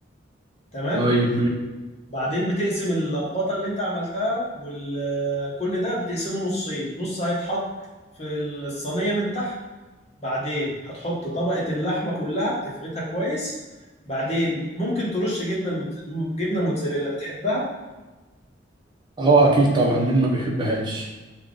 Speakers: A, on the left (about 35°); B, on the right (about 25°).
A: تمام
B: طيب ماشي
A: بعدين بتقسم اللخبطة اللي انت عملتها وكل ده بتقسمه نصين نص هيتحط في الصينية من تحت بعدين هتحط طبقة اللحمة كلها تفردها كويس بعدين ممكن ترش جبنة المتز... جبنة موتزاريلا بتحبها
B: اه اكيد طبعا مين ما بيحبهاش